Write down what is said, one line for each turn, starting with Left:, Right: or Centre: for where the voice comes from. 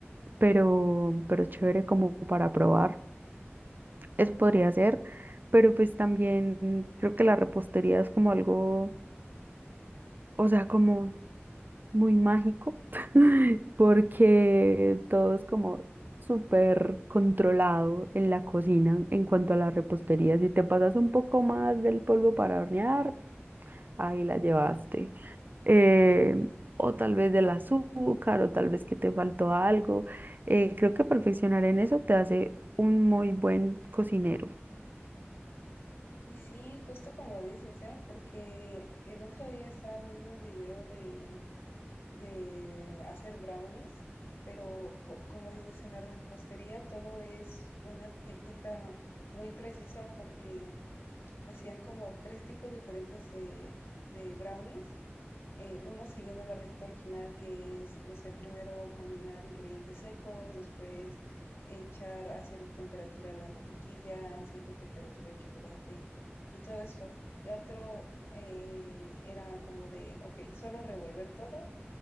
Right: pero, pero es chévere como para probar. Eso podría ser, pero pues también creo que la repostería es como algo, o sea, como muy mágico, <laughs> porque todo es como súper controlado en la cocina en cuanto a la repostería. Si te pasas un poco más del polvo para hornear, ahí la llevaste. eh, o tal vez del azúcar, o tal vez que te faltó algo. Eh, creo que perfeccionar en eso te hace un muy buen cocinero.
Left: Y sí, justo como dices, ¿eh? Porque el otro día estaba viendo un video de, de hacer brownies, pero co- como dices, en la repostería todo es una técnica muy precisa porque hacían como tres tipos diferentes de, de brownies eh, uno siguiendo la receta original, que es, no sé, primero combinar ingredientes secos, después echar a cierta temperatura la mantequilla, a cierta temperatura el chocolate y todo esto. Y otro eh, era como de, ok, solo revolver todo.